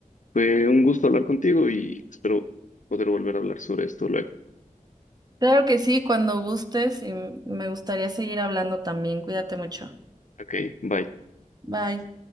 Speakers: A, on the left; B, on the right.
A: fue un gusto hablar contigo y espero poder volver a hablar sobre esto luego.
B: Claro que sí, cuando gustes y me gustaría seguir hablando también. Cuídate mucho.
A: Ok, bye.
B: Bye.